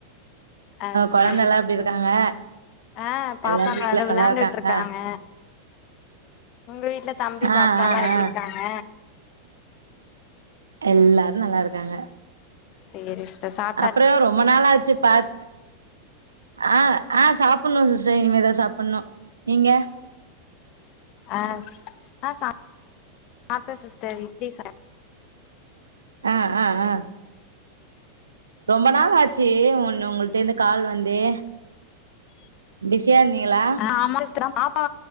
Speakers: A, on the left; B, on the right.
A: அ சேரி
B: கொழந்தல்லா
A: சிஸ்டர்
B: எப்டி இருக்காங்க
A: ஆ பாப்பாங்க
B: எல்லாரு வீட்ல
A: வந்து விளாண்டுட்ருக்காங்க
B: நல்லா இருக்காங்களா
A: உங்க வீட்ல தம்பி
B: ஆ
A: பாப்பாலா
B: ஆ
A: எப்டி
B: ஆ
A: இருக்காங்க
B: எல்லாரு நல்லாருக்காங்க
A: சேரி சிஸ்டர் சாப்
B: அப்பறோ ரொம்ப நாளாச்சு பாத்து ஆ ஆ சாப்புட்ணு சிஸ்டர் இனிமேதா சாப்பட்ணு நீங்க
A: அ ஆ சாப் சாப்டே சிஸ்டர் இட்லி சாப்
B: அ அ அ ரொம்ப நாளாச்சு உன் உங்குள்ட்ட இருந்து கால் வந்தே பிசியா இருந்திங்ளா
A: ஆ ஆமா சிஸ்டர் அத்தா பாப்பா